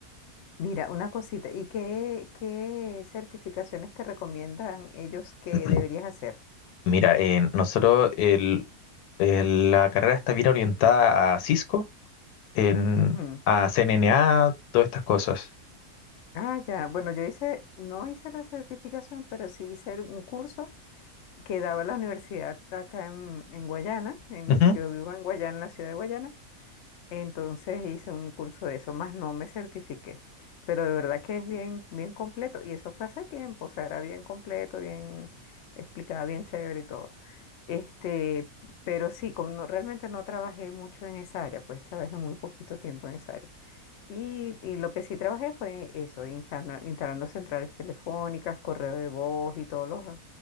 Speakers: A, on the left (about 65°); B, on the left (about 85°).
A: Mira, una cosita, ¿y qué, qué certificaciones te recomiendan ellos que
B: <clears throat>
A: deberías hacer?
B: Mira, eh, nosotros el, el- la carrera está bien orientada a Cisco, en,
A: Ujú.
B: a CNNA, todas estas cosas.
A: Ah, ya. Bueno, yo hice, no hice la certificación, pero sí hice el- un curso que daba la universidad acá en, en Guayana. en-
B: Ujú,
A: yo vivo en Guayana, en la ciudad de Guayana. Entonces hice un curso de eso, más no me certifiqué, pero de verdad que es bien, bien completo y eso fue hace tiempo, o sea, era bien completo, bien explicada, bien chévere y todo. Este, pero sí, como no- realmente no trabajé mucho en esa área, pues trabajé muy poquito tiempo en esa área. Y, y lo que sí trabajé fue eso, instala- instalando centrales telefónicas, correo de voz y todos los,